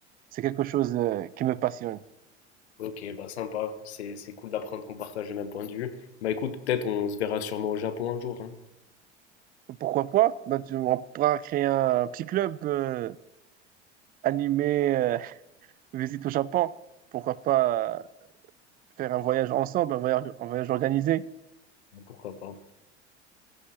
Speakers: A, on the right; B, on the left.
A: C'est quelque chose euh, qui me passionne.
B: Ok, bah sympa, c'est c'est cool d'apprendre qu'on partage le même point de vue. Bah écoute, peut-être on se verra sûrement au Japon un jour, hein.
A: Pourquoi pas? Ben, tu- on pourra créer un petit club euh, animé euh, <laughs> visite au Japon. Pourquoi pas euh, faire un voyage ensemble, un voyage, un voyage organisé?
B: Pourquoi pas.